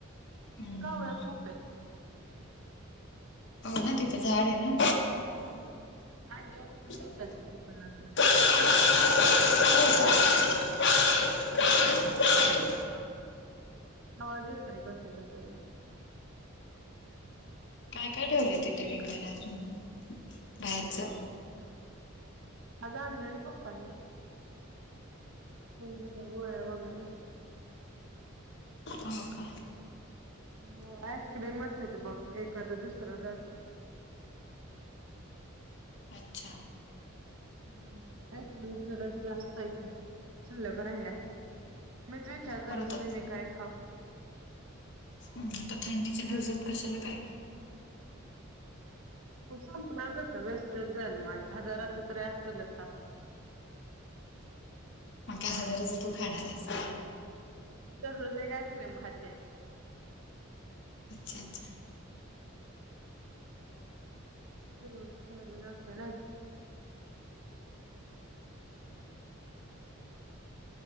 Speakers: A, on the left; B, on the right.
A: हम्म
B: का वेळ खूप आहेत.
A: ना तिथं झाड हेना.
B: हम्म आंडी उचलून
A: येतात.
B: नेलता कि दुकानातुन.
A: <inaudible>
B: हो आवाज येतोय कशाचा तरी.
A: काय काय ठेवलंय तिथे विकायला अजून बाहेरच?
B: आज आणलेले पप्पाने. त्यांच्या गोळ्या वगैरे.
A: हां का
B: हो आयस्कीमच येत बघ एखादं दुसरं जातय.
A: अच्छा
B: हम्म आईस्कीम जरा जास्त यथ शिल्लक राहिलात. मी ज विचार करत
A: पण आता
B: होते मी काय खा
A: हम्म, आता थंडीच्या दिवसात
B: आल्यापासून
A: कशाला काय.
B: म संपनार कसं वेस्टच जाल मा हजाराच तरी असेलच हा.
A: मग काय तू खाणार आहेस का.
B: दररोज एक आईस्क्रीम खाते.
A: अच्छा अच्छा.
B: <unintelligible>